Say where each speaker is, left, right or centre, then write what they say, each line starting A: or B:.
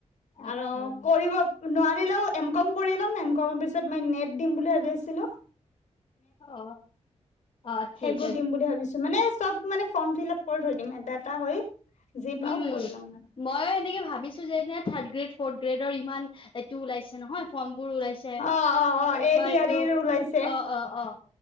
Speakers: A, on the left (about 45°); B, on the left (about 85°).
A: আচ্ছা
B: আৰু কৰিব নোৱাৰ কৰিলও, এম কম কৰি লম, এম কমৰ পিছত মই নেট দিম বুলি ভাবি আছিলোঁ।
A: অ অ', ঠিক
B: সেইবোৰ
A: আছে
B: দিম বুলি ভাবিছোঁ। মানে, চব মানে ফৰ্ম ফিলাপ কৰি থৈ দিম, এটা-এটা কৰি যি পাও
A: উম-উম,
B: কৰি ল'ম
A: মই এনেকে ভাবিছোঁ যে এতিয়া থাৰ্ড গ্ৰেড ফৰ্থ গ্ৰেডৰ ইমান এইটো ওলাইছে নহয় ফৰ্ম বোৰ ওলাইছে,
B: অ অ অ
A: একবাৰ
B: এ ডি
A: এইটো
B: আৰ ই ওলাইছে
A: অ-অ-অ